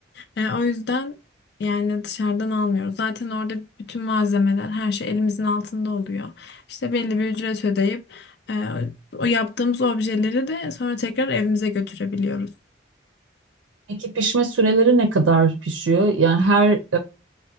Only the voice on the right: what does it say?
Peki pişme süreleri ne kadar pişiyor? Yani her